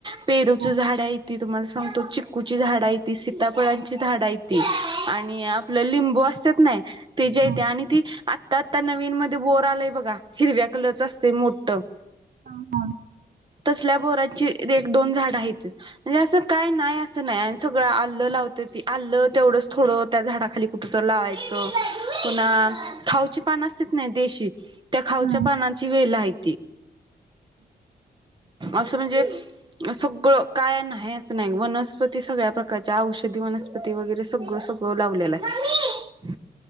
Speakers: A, on the right; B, on the right.
A: पेरूच
B: हां
A: झाड हायती, तुम्हाला सांगतो चिक्कू कूची झाडं हायती, सीताफळांची झाडं हायती, आणि आपलं लिंबू असतात नाही. त्याजी हायती
B: हां
A: आणि ती आत्ता, आता नवीन मध्ये बोर आलाय बघ का हिरव्या कलरच असतय मोठं.
B: हा. हा.
A: तसल्या बोरांची एक दोन झाडं आहेत. म्हणजे, असं काय नाही असं नाही आणि सगळं आल्लं लावतेत ती आलं तेवढंच थोडं त्या झाडाखाली कुठ तरं लावायचं, पुन्हा खाऊची पानं असत्यात नाही देशी त्या खाऊच्या
B: हां.
A: पानांची वेलं आहेत असं म्हणजे, सगळं काय नाही असं नाही वनस्पती सगळ्या प्रकारच्या औषधी वनस्प वनस्पती वगैरे सगळं सगळं लावलेलं असतय.